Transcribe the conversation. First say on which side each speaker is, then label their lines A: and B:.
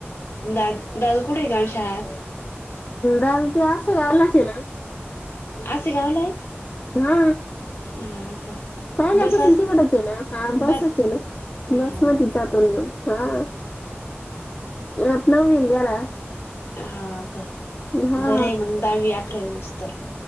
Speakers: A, on the left (about 65°); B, on the left (about 30°).
A: दा दादू कुठे का शाळा?
B: दादू ते असायलाच आहे ना?
A: असे गावलाय?
B: हा.
A: ह का?
B: पाहिल्यापसून
A: बस
B: तवटच आहे ना. हा बसच
A: बस
B: ये ना.
A: हो
B: बस मध्ये
A: का
B: जातो ना मग हा. आत नववीला गेला
A: हाव का?
B: हा
A: बरे म दावी आ ठे <inaudible> स्तर.